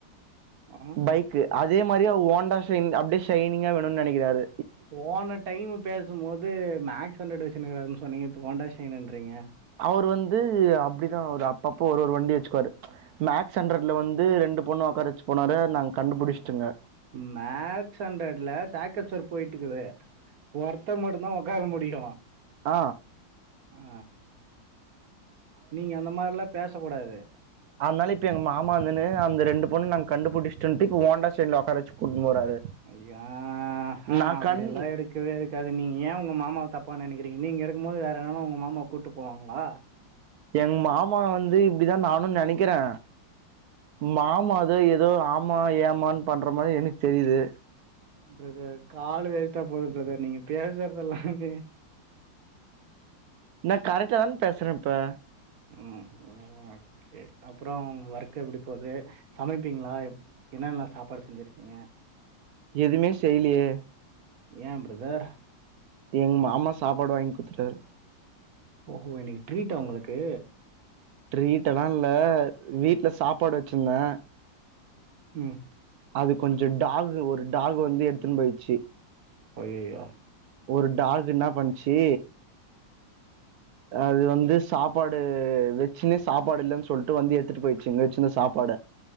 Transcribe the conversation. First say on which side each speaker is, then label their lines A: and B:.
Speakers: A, on the right (about 55°); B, on the right (about 70°).
A: ஆஹா.
B: பைக் அதே மாதிரி ஓண்டா சைன் அப்டியே ஷைனிங்கா வேணும்னு நெனக்கிறாரு
A: போன டைமு பேசும்போது மேக்ஸ் ஹண்ட்ரட் வச்சிக்கின்னுக்காருன்னு சொன்னீங்க இப்போ ஹோண்டா ஷைன்ட்றீங்க
B: அவர் வந்து அப்டிதா ஒரு அப்பப்ப ஒரு ஒரு வண்டி வச்சுக்குவாரு மேக்ஸ் ஹண்ட்ரட்ல வந்து ரெண்டு பொண்ணு ஒக்கார வச்சு போனாரு நாங்க கண்டுபுடிச்ட்டோங்க
A: மேக்ஸ் ஹண்ட்ரட்ல சாக் அப்சர் போயிட்டுருக்குது ஒர்த்தே மட்டுந்தா ஒக்கார முடியு
B: ஆ
A: ஆ நீங்க அந்த மாத்ரிலா பேச கூடாது
B: அத்னால இப்ப எங்க மாமா வந்துன்னு அந்த ரெண்டு பொண்ணு நாங்க கண்டுபிடிசட்டோன்னு இப்ப ஓண்டா சைன்ல உக்கார‌ வச்சி கூட்னு போறாரு
A: ஐயாஹா
B: நா
A: அப்டி
B: கண்
A: எல்லா இருக் இருக்கவே இருக்காது நீங்க ஏ உங்க மாமாவ தப்பா நெனக்கிறீங்க நீங்க இருக்கும்போது வேறு எவனு உங்க மாமாவ கூப்டு போவாங்களா
B: எங்க மாமா வந்து இப்டிதா நானு நெனக்கிறே மாமாதோ ஏதோ ஆமா ஏமான்னு பண்ற மாறி எனக்கு தெரியுது
A: ப்ர‍தர் கால்லு வேஸ்ட்டா போது ப்ரதர் நீங்க பேசுறதெல்லாமே
B: நா கரெக்டா தான் பேசுறேன் இப்ப
A: ம் ஓகே அப்பறம் உங்க ஒர்க் எப்டி போது சமப்பீங்களா எப் என்னல்லா சாப்பாடு செஞ்சிருக்கீங்க
B: எதுமே செய்லியே
A: ஏ ப்ரதர்
B: எங்க மாமா சாப்பாடு வாங்கி குடுத்துட்டாரு
A: ஓஹோ இன்னைக்கு ட்ரீட்டா ஒங்களுக்கு
B: ட்ரீட்டெல்லாம இல்ல வீட்ல சாப்பாடு வச்சிருந்தே
A: உம்
B: அது கொஞ்சோ டாகு ஒரு டாகு வந்து எடுத்துன்னு போயின்ச்சி
A: ஐய்யய்யோ
B: ஒரு டாக் இன்னா பண்ச்சி அது வந்து சாப்பாடு வச்சுன்னே சாப்பாடு இல்லன்னு சொல் ட்டு வந்து எடுத்துட்டு போயிச்சு இங்க வச்சிற்ந்த சாப்பாட